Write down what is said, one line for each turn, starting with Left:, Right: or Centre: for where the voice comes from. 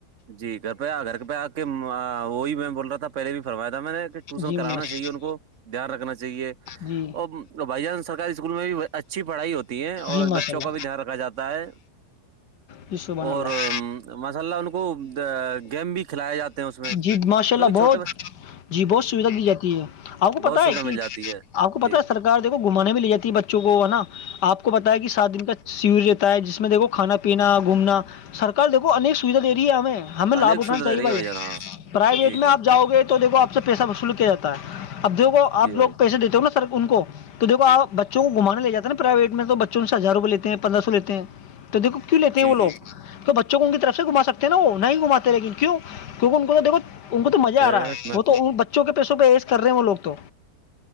Right: جی گپیا کر کے پ کہ وہی میں بول رہا تھا پہلے بھی فرمایا تھا میں نے کہ ٹیوشن
Left: جی
Right: کرانا
Left: ماشاء
Right: چاہیے ان کو دھیان رکھنا چاہیے
Left: جی
Right: اور بھائی جان سر اسکول میں بھی اچھی پڑھائی ہوتی ہے اور
Left: جی ماشاء
Right: بچوں
Left: اللہ
Right: کا بھی دھیان رکھا جا ہے
Left: جی سبحان
Right: اور
Left: اللہ
Right: ماشاء اللہ ان کو گیم بھی کھلائے جاتے ہیں اس میں
Left: جی ماشاء
Right: کیونکہ
Left: اللہ بہت
Right: چھوٹے بچ-
Left: جی بہت سویدھا دی جاتی ہے آپ کو پتا
Right: بہت سویدھا
Left: ہے کہ
Right: مل جاتی ہے
Left: آپ کو پتا
Right: جی
Left: ہے سرار دیکھو گھمانے بھی لے جاتی بچوں کو ہے نا آپ کو پتا ہے کہ سات دن کا سور رہتا ہے جس میں دیکھو کھانا پینا گھومنا سرکار دیکو انیک سویدھا دے رہی ہے ہمیں ہمیں لابھ
Right: انیک
Left: اٹھانا
Right: سویدھا
Left: چاہےھیا
Right: دے رہی ہے بھائی جان ہاں
Left: پرائیویٹ
Right: جی جی
Left: میں آپ جاؤ گے تو دیکھو آپ سے پیسہ وصول کیا جاتا ہے اب د آ
Right: جی
Left: لوگ
Right: بھائی جان،
Left: پیسے دیتے ہو نا سر ان کو تو دو آپ تو گھمانے جا نا پرائیویٹ میں تو بچوں سے ہزار روپئے لیتے ہیں پندرہ سو لیتے ہیں تو دیکو کیوں لیتے
Right: جی
Left: ہیں وہ لگ
Right: جی جی
Left: تو بچوں کو ان کی طرف سے گھما سکتے نا وہ نہیں گھماتتے لیکن کیوں کیکہ ان کو تو دھو ان کو تو مزہ
Right: کیسے
Left: آ رہا
Right: ڈائریکٹ
Left: ہے
Right: میں
Left: وہ
Right: ہوں۔
Left: تو ان بچوں کے پیسوں پہ ایز کر رہے ہیں وہ لوگ تو